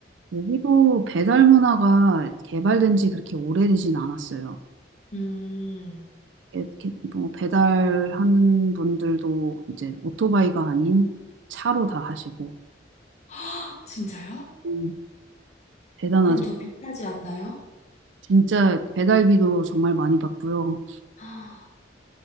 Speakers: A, on the right; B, on the left.
A: 여기도 배달 문화가 개발된 지 그렇게 오래되진 않았어요.
B: 음, <gasps>
A: 렇 게- 뭐 배달하는 분들도 이제 오토바이가 아닌 차로 다 하시고
B: 헉, 진짜요?
A: 음, 대단하죠.
B: 그럼 더 비싸지 않나요?
A: 진짜 배달비도 정말 많이 받고요.
B: <gasps> 아,